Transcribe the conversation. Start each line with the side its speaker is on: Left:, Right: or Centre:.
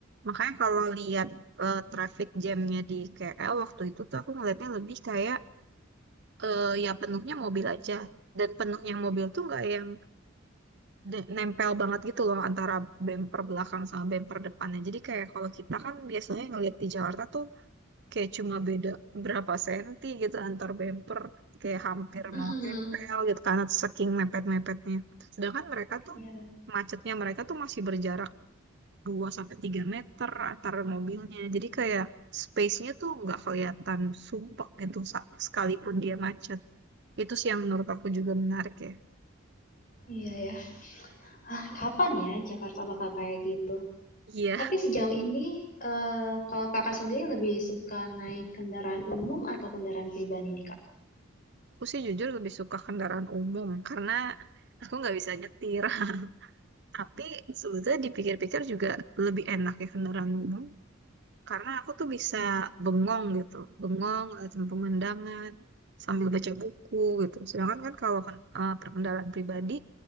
Right: Makanya kalau lihat eh, traffic jamnya di KL waktu itu tuh aku ngeliatnya lebih kayak eh ya penuhnya mobil aja dan penuhnya mobil tuh nggak yang de- nempel banget gitu loh antara bemper belakang sama bemper depannya jadi kayak kalau kita kan biasanya ngeliat di Jakarta tuh kayak cuma beda berapa senti gitu antar bemper kayak hampir
Left: Mm-mm.
Right: mau nempel gitu karena saking mepet-mepetnya sedangkan mereka tuh
Left: Ya,
Right: macetnya mereka tuh masih berjarak 2 sampai 3 meter antar mobilnya jadi kayak space-nya tuh nggak kelihatan sumpek gitu sa- sekalipun dia macet itu sih yang menurut aku juga menarik ya.
Left: iya ya. Ah, kapan ya Jakarta bakal kayak gitu?
Right: Iya,
Left: Tapi sejauh ini, eh, kalau kakak sendiri lebih suka naik kendaraan umum atau kendaraan pribadi nih, Kak?
Right: aku sih jujur lebih suka kendaraan umum karena aku nggak bisa nyetir. <laughs> Tapi sebetulnya dipikir-pikir juga lebih enak ya kendaraan umum karena aku tuh bisa bengong gitu, bengong ngeliatin pemandangan sambil baca buku gitu. Sedangkan kan kalau kan, eh, perkendaraan pribadi